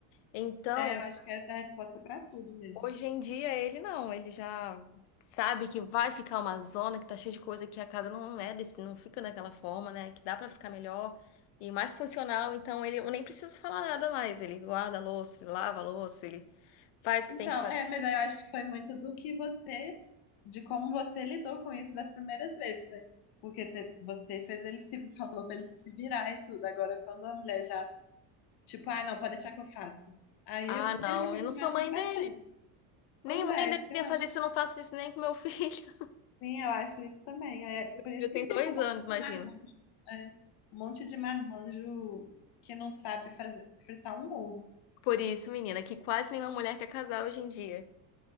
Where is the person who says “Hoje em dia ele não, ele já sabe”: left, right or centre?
Left